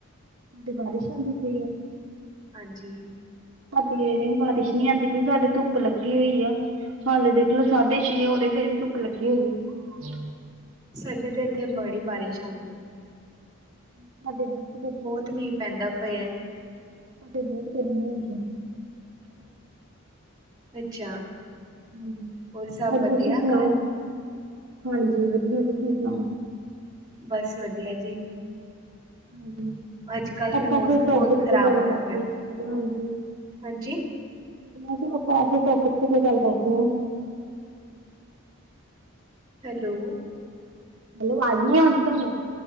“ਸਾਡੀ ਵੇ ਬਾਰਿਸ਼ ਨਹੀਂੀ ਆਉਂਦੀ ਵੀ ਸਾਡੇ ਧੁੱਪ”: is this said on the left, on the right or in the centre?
Right